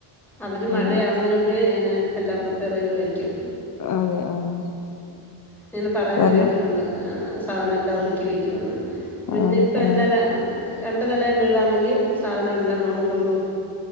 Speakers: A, in the centre; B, on the left.
A: അവര് മഴയാവുന്നനുമ്പേ
B: ആണ്
A: ഇങ്ങന എല്ലാം പ്രിപ്പെറെയ്ത് വെയ്ക്കും
B: അതെ ആഹ്
A: അങ്ങന പറേന്ന
B: കാരണം
A: കേട്ടിട്ടുണ്ട് ആ സ് സാധനം എല്ലാം ഒതുക്കി വെയ്ക്കോന്ന് പിന്നിപ്പ
B: ആഹ് ആഹ്
A: എല്ലാം ര രണ്ട് നില വീടാന്നെങ്കി സാധനം എല്ലാം മോളി കൊണ്ടോം